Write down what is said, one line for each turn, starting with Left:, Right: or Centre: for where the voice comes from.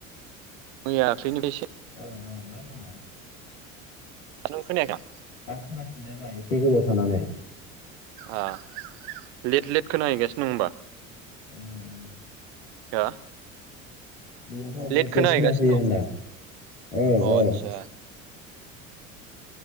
Right: मैया दाख्लैनिफ्रायसो
Left: ओं ओं मा होनदोंमोन
Right: नों खोनाखै
Left: जाबाय एसे गोबाव थानानै
Right: ओ लेट लेट खोनाहैगासिनो दङ होमबा
Left: <unintelligible>
Right: हो
Left: बेनोथ'
Right: लेट
Left: लेद
Right: खोनाहैगासिनो
Left: लेद खोनाफैयो
Right: दं
Left: होनादां औ
Right: अ
Left: औ
Right: आदसा
Left: <inaudible>